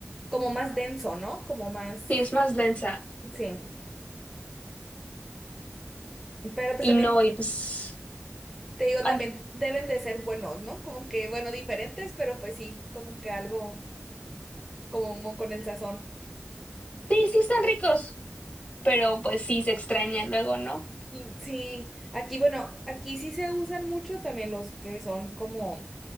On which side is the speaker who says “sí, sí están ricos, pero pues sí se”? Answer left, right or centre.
Left